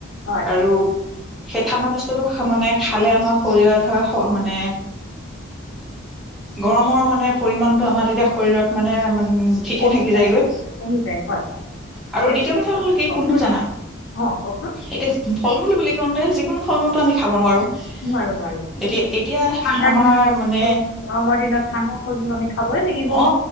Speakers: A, on the left (about 65°); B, in the centre.
A: হয়
B: আৰু সেই ঠাণ্ডা বস্তু মানে খালে আমাৰ শৰীৰত হয় মানে গৰমৰ মানে পৰিমাণটো আমাৰ তেতিয়া শৰীৰত মানে ঠিকে
A: কমি
B: থাকি
A: যায়
B: যায়গৈ
A: কমি যায় হয় হয় ঠিকে
B: আৰু দ্বিতীয় কথা হ'ল কি
A: কওক
B: কোনটো জানা
A: অঁ কওকচোন
B: এতিয়া ফল মূল বুলি কওঁতে যিকোনো ফল মুল আমি খাব নোৱাৰো এতিয়া
A: নোৱাৰোঁ নোৱাৰোঁ
B: এতিয়া
A: ঠাণ্ডা
B: আমাৰ
A: দিনত
B: মানে
A: গৰমৰ দিনত ঠাণ্ডা ফল মূল আমি খাবই লাগিব
B: অ